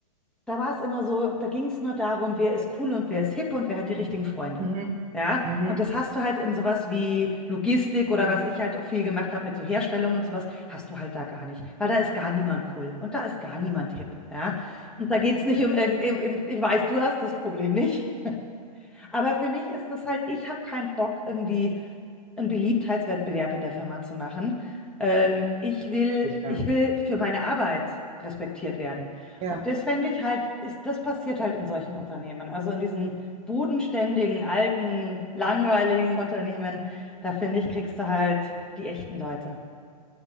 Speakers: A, in the centre; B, on the right.
A: da war es immer so, da ging es nur darum, wer ist cool und wer ist hip und wer hat die richtigen Freunde.
B: Mhm.
A: Ja,
B: Mhm.
A: und das hast du halt in sowas wie Logistik oder was ich halt auch viel gemacht habe mit so Herstellung und sowas, hast du halt da gar nicht, weil da ist gar niemand cool und da ist gar niemand hip. Ja, und da geht es nicht um irgend, ich ich weiß, du hast das Problem nicht. Aber für mich ist das halt, ich habe keinen Bock, irgendwie einen Beliebtheitswettbewerb in der Firma zu machen. Ähm, ich will,
B: Ja.
A: ich will für meine Arbeit respektiert werden.
B: Ja.
A: Und das fände ich halt, ist, das passiert halt in solchen Unternehmen. Also in diesen bodenständigen, alten, langweiligen Unternehmen, da finde ich, kriegst du halt die echten Leute.